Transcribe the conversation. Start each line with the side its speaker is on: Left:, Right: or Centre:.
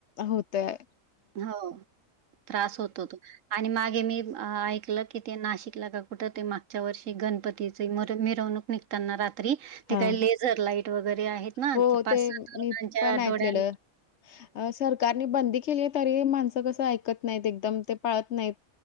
Left: होतय.
Right: हो त्रास होतो तो. आणि मागे मी अ ऐकलं की ते नाशिकला का कुठं ते मागच्या वर्षी गणपतीची म मिरवणूक निघतांना रात त्री ते
Left: हां.
Right: काही लेझर लाईट वगैरे आहेत ना
Left: हो,
Right: पाच
Left: ते
Right: सात वरणांच्या
Left: मी पण ऐकलेलं.
Right: डोळ्यान
Left: सरकारने बंदी केली आहे तरी माणसं कसं अं ऐकत नाही एकदम ते पाळत नाहीत